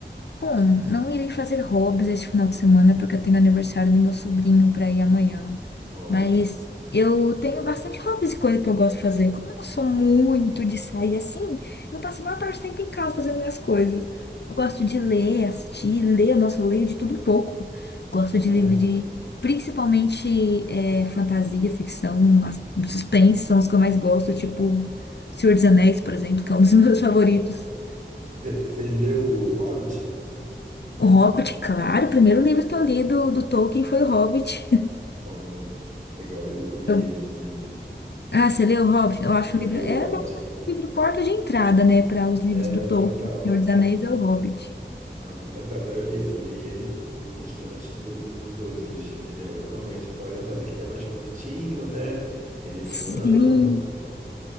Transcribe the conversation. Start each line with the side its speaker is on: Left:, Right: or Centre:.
Left: Bom, não irei fazer hobbies este final de semana porque eu tenho aniversário do meu sobrinho para ir amanhã.
Right: Olha,
Left: Mas eu tenho bastante hobbies e coisa que eu gosto de fazer. Como eu não sou muito de sair assim, eu passo a maior parte do tempo em casa fazendo minhas coisas. Eu gosto de ler, assistir, ler. Nossa, eu leio de tudo um pouco. Gosto
Right: é.
Left: de livro de, principalmente, é, fantasia, ficção, as- suspense são os que eu mais gosto. Tipo, Senhor dos Anéis, por exemplo, que é um dos <laughs> meus favoritos.
Right: Você leu o Hobbit?
Left: O Hobbit, claro, o primeiro livro que eu li do, do Tolkien foi o Hobbit.
Right: É bom, né? Legal, eu, eu li
Left: <laughs>
Right: ele também.
Left: Ah, você leu Hobbit? Eu acho
Right: Eu
Left: o livro.
Right: li
Left: É
Right: o Hobbit.
Left: basicamente o livro porta de entrada, né? Para os livros
Right: É,
Left: do
Right: total.
Left: Tolkien, Senhor dos Anéis é o Hobbit.
Right: É um polentado, é isso. Eu li ele antes, de antes de todos os outros. Ele é o- realmente o polentado, que ele é mais curtinho, né? Ele é dinâmico.
Left: Sim,